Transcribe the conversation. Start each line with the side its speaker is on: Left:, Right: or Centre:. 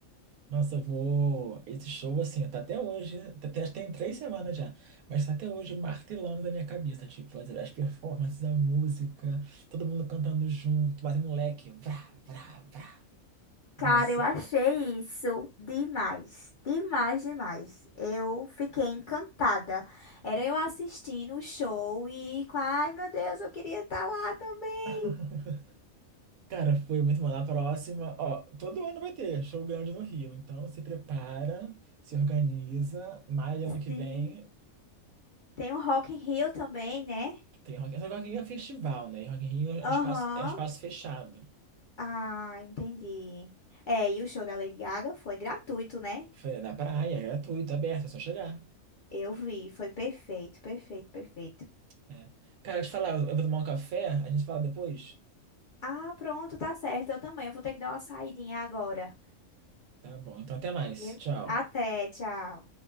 Right: Nossa, eu vou. Esse show, assim, tá até hoje. tá Até, tem três semanas já. Mas tá até hoje martelando na minha cabeça. Tipo, as, as <laughs> performances, a música, todo mundo cantando junto, batendo leque. Vrá, vrá, vrá. Nossa.
Left: Cara, eu achei isso demais, demais, demais. Eu fiquei encantada. Era eu assistindo o show e, com- ai meu Deus, eu queria estar lá também.
Right: <laughs> Cara, foi muito bom. Na próxima, ó, todo ano vai ter show grande no Rio. Então se prepara, se organiza. Maio do ano que
Left: Sim,
Right: vem
Left: tem o Rock in Rio também, né?
Right: tem Rock in Rio. Só que Rock in Rio é festival, né? E Rock in Rio é
Left: Aham.
Right: um espaço, é um espaço fechado.
Left: Ah, entendi. É, e o show da Lady Gaga foi gratuito, né?
Right: Foi na praia, é gratuito, aberto, é só chegar.
Left: Eu vi, foi perfeito, perfeito, perfeito.
Right: É. Cara, deixa eu te falar, eu eu vou tomar um café, a gente fala depois?
Left: Ah, pronto, tá certo. Eu também vou ter que dar uma saidinha agora.
Right: Tá bom, então até mais.
Left: Viu?
Right: Tchau.
Left: Até, tchau.